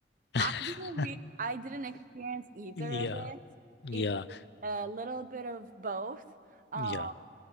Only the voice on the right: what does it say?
I didn't re I didn't experience either
of it.
It was a little bit of both. Um,